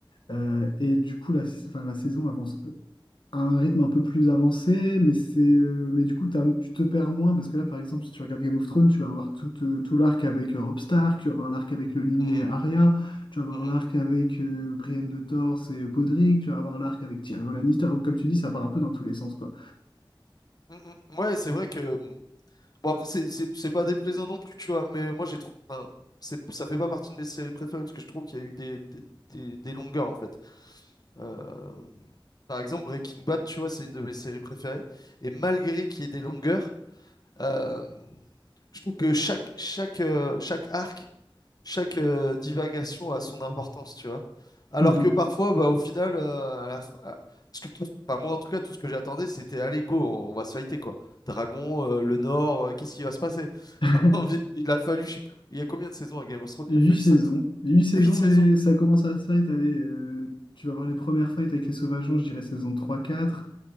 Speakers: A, on the left; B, on the left.
A: euh, et du coup, la, enfin, la saison avance à un rythme un peu plus avancé, mais c'est euh, mais du coup t'as- tu te perds moins parce que là par exemple si tu regardes Game of Thrones, tu vas avoir tout, euh, tout l'arc avec euh, Robb Stark, tu vas avoir l'arc avec le limier
B: mm,
A: et Arya, tu vas avoir
B: mm, mm,
A: l'arc avec euh, Brienne de Tarse et Podrick, tu vas avoir l'arc avec Tyrion Lannister. Donc, Comme tu dis, ça part un peu dans tous les sens quoi.
B: mm, mm, mm. Ouais, c'est vrai que mm, Bon, après, c'est c'est- c'est pas déplaisant non plus, tu vois, mais euh, moi, j'ai trouvé. enfin, c'est- ça fait pas partie de mes séries préférées parce que je trouve qu'il y a eu des, des, des- des longueurs, en fait. Euh, par exemple, Breaking Bad, tu vois, c'est une de mes séries préférées. Et malgré qu'il y ait des longueurs, euh, je trouve que chaque, chaque, euh, chaque arc chaque euh, divagation a son importance, tu vois. Alors
A: Mhm.
B: que parfois, bah, au final, euh, à la fin- à- parce que tout- enfin, moi en tout cas, tout ce que j'attendais, c'était allez, go, on va se fighter quoi. Dragon, euh, le Nord, euh, qu'est-ce qui va se passer?
A: <laughs>
B: <laughs> Il a fallu, je sais plus, il y a combien de saisons à Game of Thrones?
A: Huit
B: Il a fallu
A: saisons,
B: cinq,
A: huit saisons,
B: huit saisons.
A: mais ça commence à se fight. Allez, euh, tu vas voir les premières fights avec les Sauvageons, je dirais saison trois quatre